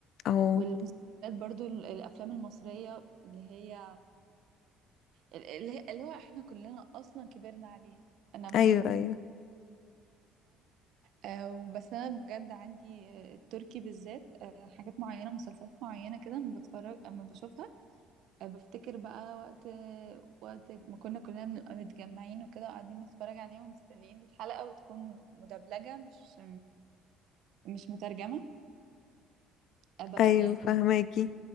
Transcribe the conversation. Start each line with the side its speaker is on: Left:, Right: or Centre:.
Left: او
Right: والمسلسلات برضو ال- الافلام المصريه اللي هي اللي هي اللي هو احنا كلنا اصلا كبرنا عليها انا م-
Left: ايوه ايوه
Right: آه، بس انا بجد عندي آه، التركي بالذات آه، حاجات معينه مسلسلات معينه كده اما بتفرج اما بشوفها آه، بفتكر بقى وقت وقت ما كنا كلنا بنبقى متجمعين وكده وقاعدين نتفرج عليهم مستنيين الحلقه وتكون مدبلجه مش مش مترجمه آه، بس
Left: ايوه
Right: يعني
Left: فهماكي